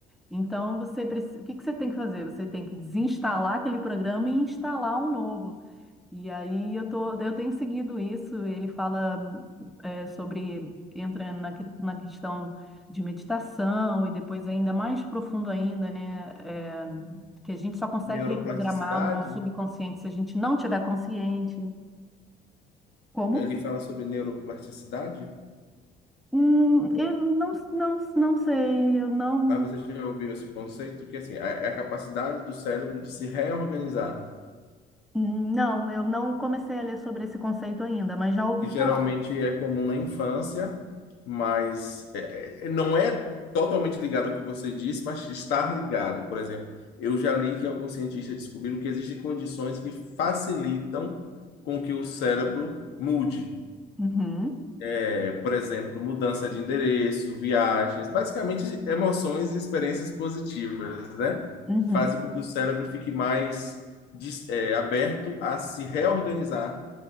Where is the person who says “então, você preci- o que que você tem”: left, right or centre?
Centre